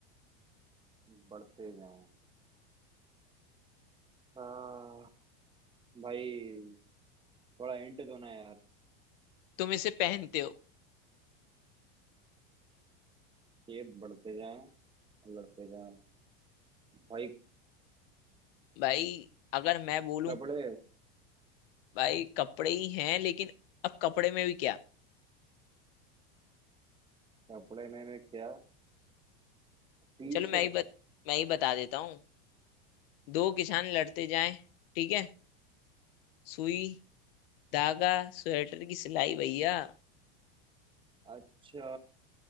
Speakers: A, on the right (about 15°); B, on the left (about 65°).
A: बढ़ते जाएं आ, भाई थोड़ा हिंट दो ना यार
B: तुम इसे पहनते हो
A: खेत बढ़ते जाएं लड़ते जाएं भाई
B: भाई अगर मैं बोलूं
A: कपड़े
B: भाई कपड़े ही हैं लेकिन अब कपड़े में भी क्या
A: कपड़े में मैं क्या टी
B: चलो
A: शर्ट
B: मैं ही बत, मैं ही बता देता हूँ दो किसान लड़ते जाएं ठीक है सुई धागा स्वेटर की सिलाई भैया
A: अच्छा